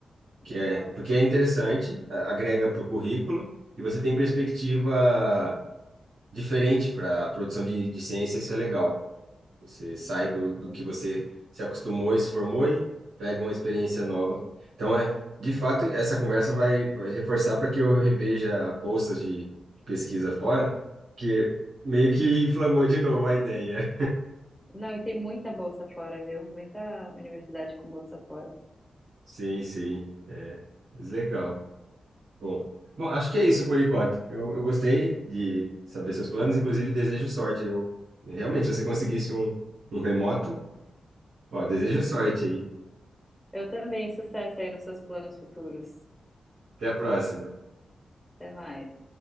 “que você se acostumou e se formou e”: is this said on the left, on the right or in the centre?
Right